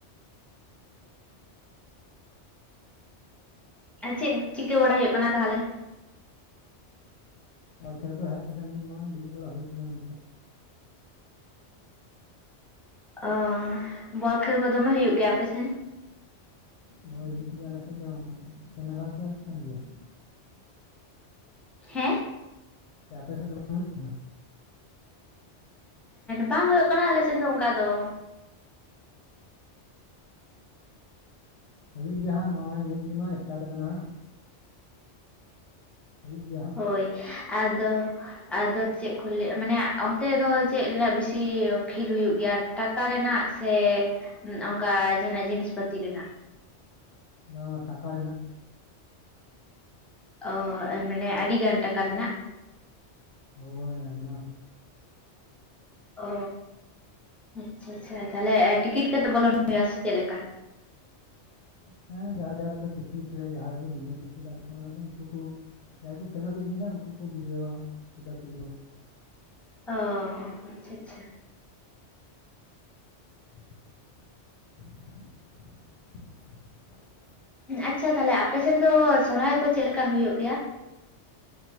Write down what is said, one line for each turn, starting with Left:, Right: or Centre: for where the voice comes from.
Centre: ᱟᱨ ᱪᱮᱫ ᱪᱤᱠᱟᱹ ᱵᱟᱲᱟᱭ ᱦᱳᱭᱳᱜ ᱠᱟᱱᱟ ᱛᱟᱦᱞᱮ?
Left: ᱵᱚᱞ ᱠᱷᱮᱞ ᱠᱚ ᱦᱮᱡ ᱠᱟᱛᱮ ᱱᱤᱛ ᱱᱚᱜᱚᱭ ᱫᱩᱲᱩᱵ ᱵᱟᱲᱟ ᱦᱳᱭ ᱠᱟᱱᱟ ᱱᱚᱱ ᱛᱮ᱾
Centre: ᱚᱻ ᱵᱚᱞ ᱠᱷᱮᱞ ᱠᱚ ᱫᱚᱢᱮ ᱦᱩᱭᱩᱜ ᱜᱮᱭᱟ ᱟᱯᱮᱥᱮᱱ?
Left: ᱦᱳᱭ ᱦᱩᱭᱩᱜ ᱜᱮᱭᱟ ᱟᱞᱮ ᱥᱮᱫ ᱫᱚᱯᱮ ᱟᱯᱮ ᱱᱟᱜ ᱛᱚ ᱦᱩᱭᱩᱜ ᱠᱟᱱ ᱜᱮᱭᱟ᱾
Centre: ᱦᱮᱸ
Left: ᱥᱮ ᱟᱯᱮ ᱥᱮᱫ ᱫᱚ ᱵᱟᱝ ᱦᱩᱭᱩᱜ ᱛᱟᱦᱮᱱᱟ᱾
Centre: ᱵᱟᱝ ᱦᱩᱭᱩᱜ ᱠᱟᱱᱟ ᱟᱞᱮ ᱥᱮᱱ ᱫᱚ ᱚᱱᱠᱟ ᱫᱚ᱾
Left: ᱦᱩᱭᱩᱜ ᱜᱮᱭᱟ ᱦᱟᱸᱜ ᱱᱚᱜᱼᱚᱭ ᱱᱤᱛᱜᱮᱢᱟ ᱤᱥᱴᱟᱴ ᱟᱠᱟᱱᱟ ᱦᱟᱸᱜ᱾ ᱦᱩᱭᱩᱜ ᱜᱮᱭᱟ᱾ ᱦᱟᱸᱜ
Centre: ᱦᱳᱭ ᱟᱫᱚ ᱟᱫᱚ ᱪᱮᱫ ᱠᱚ ᱞᱟᱹ ᱢᱟᱱᱮ ᱚᱱᱛᱮ ᱫᱚ ᱪᱮᱫ ᱨᱮᱱᱟᱜ ᱵᱤᱥ ᱛᱤ ᱠᱷᱮᱞ ᱦᱩᱭᱩᱜ ᱜᱮᱭᱟ᱾ ᱴᱟᱠᱟ ᱨᱮᱱᱟᱜ ᱥᱮ ᱚᱝᱠᱟ ᱡᱟᱦᱟᱸᱱᱟᱜ ᱡᱤᱱᱤᱥ ᱯᱟᱛᱤ ᱨᱮᱱᱟᱜ?
Left: ᱵᱟᱝᱢᱟ ᱴᱟᱠᱟ ᱨᱮᱱᱟᱜ᱾
Centre: ᱚ ᱢᱟᱱᱮ ᱟᱹᱰᱤ ᱜᱟᱱ ᱴᱟᱠᱟ ᱨᱮᱱᱟᱜ᱾
Left: ᱦᱳᱭ ᱟᱭᱢᱟ᱾
Centre: ᱚ ᱟᱪᱪᱷᱟ ᱟᱪᱪᱷᱟ ᱛᱟᱦᱚᱞᱮ ᱴᱤᱠᱤᱴ ᱠᱟᱛᱮ ᱵᱚᱞᱚᱱ ᱦᱳᱭᱳᱜᱼᱟ ᱥᱮ ᱪᱮᱫ ᱞᱮᱠᱟ?
Left: ᱦᱮᱸ ᱡᱟᱦᱟᱸ ᱡᱟᱦᱟᱸ ᱨᱮᱫᱚ ᱴᱤᱠᱤᱴ ᱨᱮ ᱡᱟᱦᱟᱸ ᱨᱮᱫᱚ ᱵᱤᱱᱟᱹ ᱴᱤᱠᱤᱴ ᱟ ᱚᱱᱟ ᱫᱚ ᱩᱱᱠᱩ ᱠᱚ ᱡᱟᱦᱟᱸᱭ ᱠᱚ ᱠᱷᱮᱞᱟ ᱠᱚ ᱡᱤᱠᱟ ᱩᱱᱠᱩ ᱠᱚ ᱵᱩᱡᱷᱟᱹᱣᱟ ᱪᱮᱠᱟ ᱛᱮ ᱦᱩᱭᱩᱜᱼᱟ᱾
Centre: ᱚ ᱟᱪᱪᱷᱟ ᱟᱪᱪᱷᱟ
Left: <inaudible>
Centre: ᱟᱪᱪᱷᱟ ᱛᱟᱦᱞᱮ ᱟᱯᱮᱥᱮᱱ ᱫᱚ ᱥᱚᱨᱦᱟᱭ ᱠᱚ ᱪᱮᱫ ᱞᱮᱠᱟ ᱦᱩᱭᱩᱜ ᱜᱮᱭᱟ?